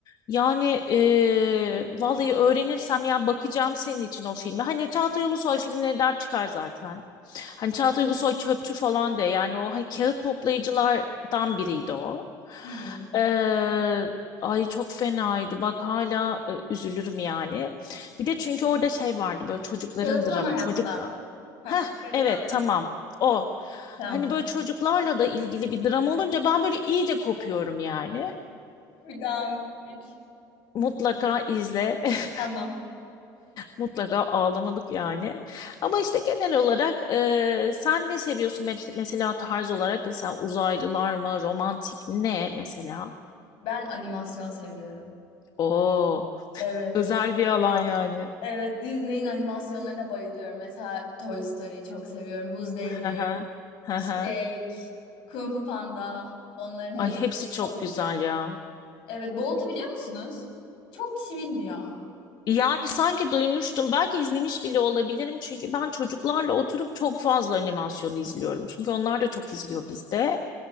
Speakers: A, on the left; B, on the left.
A: Yani eee, vallahi öğrenirsem ya bakacağım senin için o filmi. Hani Çağatay Ulusoy filmleri der çıkar zaten. Hani Çağatay Ulusoy çöpçü falan de yani o hani kağıt toplayıcılardan biriydi o.
B: Hmm.
A: Eee, ay çok fenaydı. Bak hala e, üzülürüm yani. Bir de çünkü orada şey vardı böyle çocukların
B: Kağıttan
A: dramı
B: hayatlar.
A: çocukla.
B: Heh,
A: Heh
B: kağıttan
A: evet tamam
B: hayatlar.
A: o.
B: Tamam.
A: Hani böyle çocuklarla da ilgili bir dram olunca ben böyle iyice kopuyorum yani.
B: Bir daha mı ettik?
A: Mutlaka izle. <laughs>
B: Tamam.
A: Mutlaka ağlamalık yani. Ama işte genel olarak e, sen ne seviyorsun mes- mesela tarz olarak? Mesela uzaylılar mı? Romantik ne mesela?
B: Ben animasyon seviyorum.
A: Oo,
B: Evet.
A: özel bir alan yani.
B: Evet, Disney'in animasyonlarına bayılıyorum. Mesela Toy Story'yi çok seviyorum. Buz Devri,
A: Hı hı. Hı
B: Shrek,
A: hı.
B: Kung Fu Panda. Onların hepsi
A: Ay hepsi çok
B: favorilerim.
A: güzel ya.
B: Evet, Bolt'u biliyor musunuz? Çok kişi bilmiyor.
A: Yani sanki duymuştum. Belki izlemiş bile olabilirim. Çünkü ben çocuklarla oturup çok fazla animasyon izliyorum. Çünkü onlar da çok izliyor bizde.